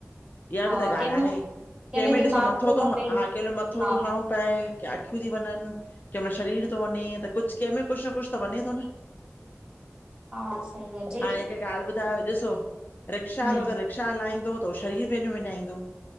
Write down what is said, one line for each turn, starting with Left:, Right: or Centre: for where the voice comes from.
Left: इहा
Right: हा
Left: बि त ॻाल्हि
Right: कंहिंमें
Left: आहे, कंहिंमें
Right: दिमाग़
Left: ॾिसो मत्थों
Right: थो
Left: तो
Right: खपे
Left: ह- हा अकेलो मत्थों
Right: हा
Left: तो हणो पए की अखियूं ती वञनि, कंहिं महिल शरीर तो वञे, त कुछ कंहिंमें कुछ न कुछ त वञे ई तो न?
Right: हा सही आ च
Left: हाणे हिकु ॻाल्हि ॿुधायो ॾिसो, रिक्शा
Right: हा
Left: वारो अगरि रिक्शा हलाईंदो त उहो शरीरु पंहिंजो विञाईंदो।